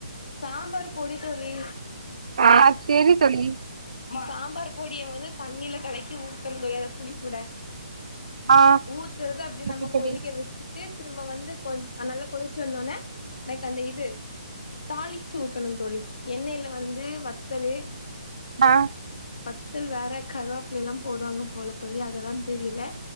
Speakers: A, on the left (about 65°); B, on the right (about 65°).
A: சாம்பார் பொடி தோழி
B: ஆ செரி தோழி
A: சாம்பார் பொடிய வந்து தண்ணில கலக்கி ஊத்துணுங் தோழி அந்த புளி கூட
B: ஆ
A: ஊத்துறது அப்டி நம்ம
B: ஓகே தோழி
A: கொதிக்க வெச்சு தீர் திரும்ப வந்து கொ நல்லா கொதிச்சு வந்தோனே லைக் அந்த இது தாளிச்சு ஊத்தணு தோழி எண்ணெய்ல வந்து வத்தலு
B: ஆ
A: வத்தல் வேற கருவாப்பள்ளைலா போடுவாங்க போல தோழி அதெல்லா தெரில